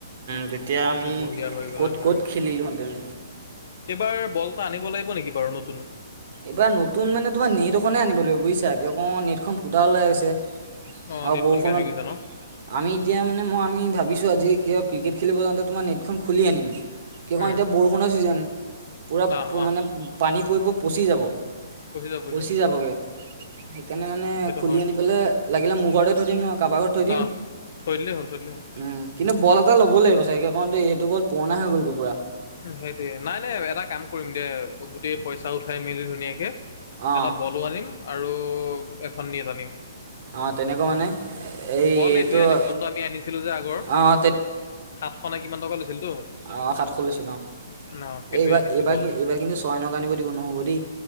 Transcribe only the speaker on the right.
তেতিয়া আমি
ক'ত
ক'ত খেলিলোঁহেঁতেন
এইবাৰ নতুন মানে তোমাৰ নেট এখনে আনিব লাগিব বুজিছা কি অক নেটখন ফুটা ওলাই আছে।
আৰু
বৰষুণত
আমি এতিয়া মানে মই আমি ভাবিছো আজি কিয়? ক্ৰিকেট খেলিব যাওঁতে তোমাৰেট খুলি আনিম। কি কণ
এতিয়া বৰষুণৰ ছিজন পূৰা
মানে পানী পৰি। পচি যাব।
পচি
যাবগৈ। সেইকাৰণে মানে
খুলি
আনি পেলাই লাগিলে মোৰ ঘৰতে থৈ দিম নহয় কাৰোবাৰ ঘৰত থৈ দিম।
উম কিন্তু বল এটা ল'ব লাগিব চাগে কণতে এইটো বল পুৰণা হৈ গ'ল গ পুৰা।
অঁ
অ', তেনেকুৱা মানে। এই
এইটো
অঁ
অ', সাত খ লছিল গাও।
এই এইবাৰ
এইবাৰ
এইবাৰ কিন্তু ছয় নকা আনিব দিব নহ'ব দেই।